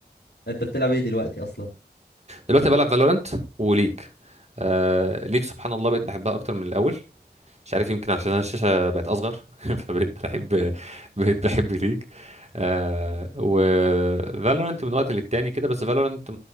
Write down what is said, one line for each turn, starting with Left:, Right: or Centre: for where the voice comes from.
Left: انت بتلعب ايه دلوقتي اصلا <laughs>
Right: دلوقتي بلعب فالورانت وليج آه ليج سبحان الله بقيت بحبها اكتر من الاول مش عارف يمكن عشان انا الشاشه بقت اصغر <laughs> فبقيت بحب بقيت بحب ليج آه و فالورنت من وقت للتاني كده بس فالورنت